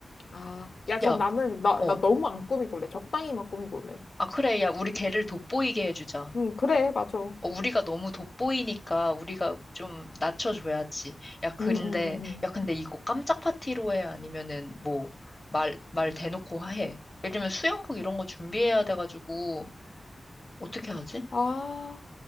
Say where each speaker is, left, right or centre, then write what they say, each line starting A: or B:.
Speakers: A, on the left; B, on the left.
A: 아, 야, 그럼
B: 야,
A: 나는, 나,
B: 어.
A: 나 너무 안 꾸미길래. 적당히만 꾸미길래.
B: 아 그래 야 우리 걔를 돋보이게 해주자.
A: 응, 그래, 맞아. 응,
B: 어, 우리가 너무 돋보이니까 우리가 좀 낮춰줘야지. 야, 근데,
A: 응, 응, 응.
B: 야, 근데 이거 깜짝 파티로 해? 아니면은 뭐, 말, 말 대놓고 해? 예를 들면 수영복 이런 거 준비해야 돼가지고, 어떻게 하지?
A: 아,